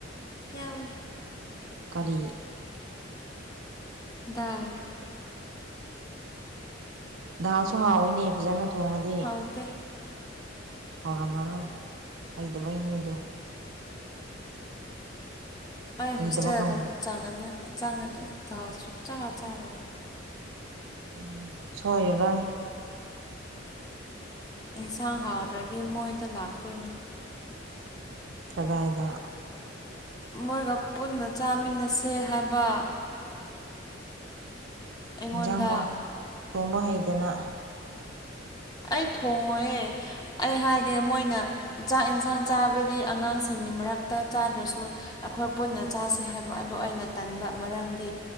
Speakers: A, on the left; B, on the right.
A: ꯌꯥꯎꯋꯦ
B: ꯀꯔꯤ
A: ꯗꯥꯏ
B: ꯗꯥꯜꯁꯨ ꯍꯥꯎꯋꯤꯅꯦ ꯐꯖꯅ ꯊꯣꯡꯉꯗꯤ
A: ꯍꯥꯎꯇꯦ
B: ꯍꯧꯔꯝꯃꯔꯣꯏ ꯍꯩꯇꯕꯩꯅꯦ ꯑꯗꯨ
A: ꯑꯩ
B: ꯍꯩꯇꯕ
A: ꯍꯣꯁꯇꯦꯜꯒ
B: ꯀꯧꯋꯦ
A: ꯆꯪꯉꯅꯤ ꯆꯪꯉꯗꯤ ꯗꯥꯜ ꯁꯨꯛꯆꯥ ꯆꯥꯔꯣꯏ
B: ꯎꯝ ꯁꯣꯏꯔꯔꯣꯏ
A: ꯌꯦꯟꯁꯥꯡ ꯍꯥꯎꯗ꯭ꯔꯗꯤ ꯃꯣꯏꯗ ꯂꯥꯛꯇꯣꯏꯅꯦ
B: ꯀꯗꯥꯏꯗ
A: ꯃꯣꯏꯒ ꯄꯨꯟꯅ ꯆꯥꯃꯤꯟꯅꯁꯦ ꯍꯥꯏꯕ ꯑꯩꯉꯣꯟꯗ
B: ꯍꯤꯟꯖꯥꯡꯐꯥꯎ ꯊꯣꯡꯕ ꯍꯩꯗꯅ
A: ꯑꯩ ꯊꯣꯡꯉꯣꯏꯌꯦ ꯑꯩ ꯍꯥꯏꯒꯦ ꯃꯣꯏꯅ ꯆꯥꯛ ꯏꯟꯁꯥꯡ ꯆꯥꯕꯗꯤ ꯑꯉꯥꯡꯁꯤꯡꯒꯤ ꯃꯔꯛꯇ ꯆꯥꯗ꯭ꯔꯁꯨ ꯑꯩꯈꯣꯏ ꯄꯨꯟꯅ ꯆꯁꯤ ꯍꯥꯏꯕ ꯑꯗꯨ ꯑꯩꯅ ꯇꯟꯕ ꯃꯔꯝꯗꯤ